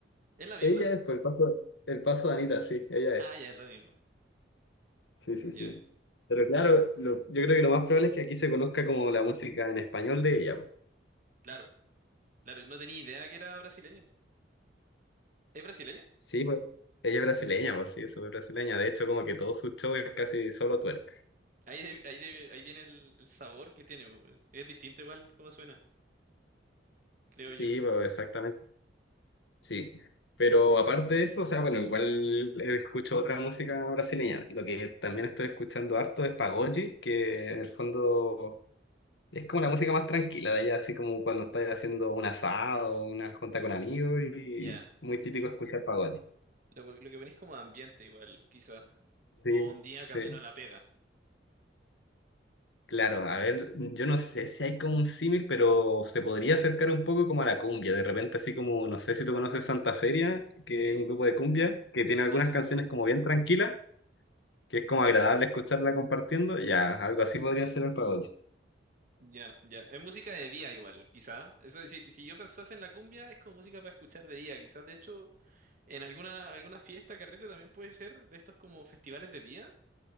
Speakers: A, on the right; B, on the left.
A: ¿Es la misma?
B: Ella es, por el paso, el paso de Anita, sí, ella
A: Ah,
B: es.
A: ya, es la misma.
B: Sí, sí,
A: Ya.
B: sí. Pero claro, lo- yo creo que lo más probable es que aquí se conozca como la música en español de ella. po.
A: Claro, claro. No tenía idea que era brasileña. ¿Es brasileña?
B: Sí, pues ella es brasileña, pues sí, es súper brasileña. De hecho, como que todo su show es casi solo twerk.
A: Ahí, de- ahí, de- ahí viene el, el sabor que tiene. Es distinto igual como suena, creo
B: Sí,
A: yo.
B: pues exactamente, sí. Pero aparte de eso, o sea, bueno, igual escucho otra música brasileña. Lo que también estoy escuchando harto es pagode, que en el fondo Es como la música más tranquila de allá, así como cuando estás haciendo un asado, o una junta con amigos y
A: Ya.
B: muy típico escuchar pagode.
A: Lo, lo que venís como ambiente igual, quizá.
B: Sí,
A: O un día
B: sí.
A: camino a la pega.
B: Claro, a ver, yo no sé si hay como un símil, pero se podría acercar un poco como a la cumbia. De repente, así como, no sé si tú conoces Santa Feria, que
A: ¿Sí?
B: es un grupo de cumbia, que tiene
A: Sí,
B: algunas
A: sí.
B: canciones como bien tranquilas, que es como
A: Sí.
B: agradable escucharla compartiendo. Ya, algo así podría ser el pagode.
A: Ya, ya. Es música de día igual, quizá. Eso, si, si yo pensase en la cumbia, es como música para escuchar de día, quizás. De hecho, en alguna, alguna fiesta, carrete también puede ser de estos como festivales de día.